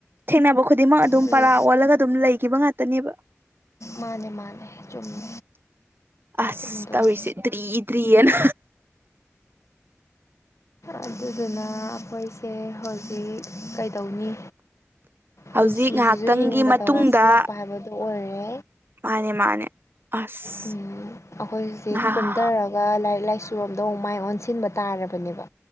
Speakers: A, on the right (about 50°); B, on the left (about 75°).
A: ꯊꯦꯡꯅꯕ ꯈꯨꯗꯤꯡꯃꯛ ꯑꯗꯨꯝ
B: ꯑꯗꯨꯗ
A: ꯄꯔꯥ ꯑꯣꯜꯂꯒ ꯑꯗꯨꯝ ꯂꯩꯈꯤꯕ ꯉꯥꯛꯇꯅꯦꯕ
B: ꯃꯥꯅꯦ ꯃꯥꯅꯦ ꯆꯨꯝꯃꯦ
A: ꯑꯁ
B: ꯇꯗꯅꯤ
A: ꯇꯧꯔꯤꯁꯦ ꯗ꯭ꯔꯤ ꯗ꯭ꯔꯤꯑꯅ
B: ꯑꯗꯨꯗꯨꯅ ꯑꯩꯈꯣꯏꯁꯦ ꯍꯧꯖꯤꯛ ꯀꯩꯗꯧꯅꯤ
A: ꯍꯧꯖꯤꯛ
B: ꯄꯨꯟꯁꯤꯁꯤꯁꯨ
A: ꯉꯥꯏꯍꯥꯛꯇꯪꯒꯤ
B: ꯍꯤꯡꯕꯗ
A: ꯃꯇꯨꯡꯗ
B: ꯋꯥꯁꯤꯜꯂꯛꯄ ꯍꯥꯏꯕꯗꯨ ꯑꯣꯏꯔꯦ
A: ꯃꯥꯅꯦ ꯃꯥꯅꯦ ꯑꯁ
B: ꯎꯝ ꯑꯩꯈꯣꯏ ꯍꯧꯖꯤꯛ
A: ꯉꯍꯥ
B: ꯀꯨꯝꯊꯔꯒ ꯂꯥꯏꯔꯤꯛ ꯂꯥꯏꯁꯨ ꯆꯨꯔꯣꯝꯗꯣ ꯑꯃꯨꯛ ꯃꯥꯏ ꯑꯣꯟꯁꯤꯟꯕ ꯇꯥꯔꯕꯅꯦꯕ